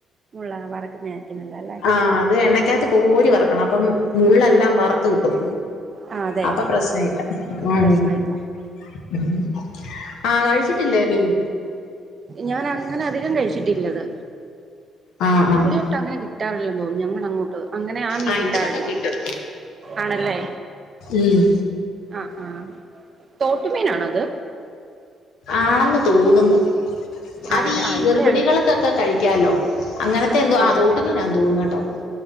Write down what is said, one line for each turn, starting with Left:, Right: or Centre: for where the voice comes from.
Right: മുള്ളാ വറക്കുന്നതായിരിക്കും നല്ലേ അല്ലേ
Left: ആഹ് അത് എണ്ണയ്ക്കകത്ത് കോരി വറക്കണം അപ്പം മുള്ളല്ലാം വറുത്ത് കിട്ടും
Right: ആ അതെ
Left: അപ്പൊ പ്രശ്ന ഇല്ല ഉം
Right: പ്രശ്നമില്ല
Left: ആ അഴിച്ചിട്ടില്ലേ മീൻ
Right: ഞാൻ അങ്ങനെ അധികം കഴിച്ചിട്ടില്ലത്
Left: ആഹ്
Right: ഇവിടെയൊട്ടും
Left: ആഹ്
Right: അങ്ങനെ കിട്ടാറില്ലെന്ന് തോന്നുന്നു ഞങ്ങ അങ്ങോട്ട് അങ്ങനെ ആ മീൻ
Left: ആഹ്
Right: കിട്ടാറില്ല
Left: ഇവിടൊക്കെ കിട്ടും
Right: ആണല്ലേ
Left: ഉം
Right: ആ ആ തോട്ടുമീനാണോ അത്
Left: ആന്ന് തോന്നുന്നു
Right: ആണല്ലേ
Left: അതീ
Right: ആ ഇവിടെ
Left: ഗർഭിണികൾകൊക്കെ കഴിക്കാലോ അങ്ങനത്തെ
Right: ആണല്ലേ
Left: എന്തോ ആ തോട്ട് മീനാ തോന്ന് കേട്ടോ